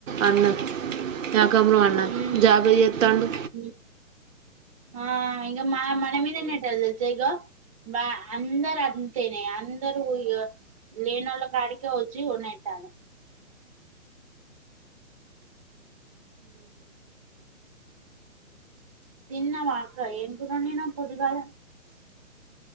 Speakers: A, on the right; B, on the right.
A: అన్న కము అన్న
B: హ్మ్.
A: జాబే చెత్తాండు
B: హ్మ్. ఆ ఇక మా మన మీదనే కదావొచ్ఛేగా బా అందరు అంతేనే అందరు ఇగో లేనోళ్ళ కాడికె వచ్చి కొనే <unintelligible> తిన్నావా అక్కఏం టిఫెన్ తిన్నావు పోద్ధుగల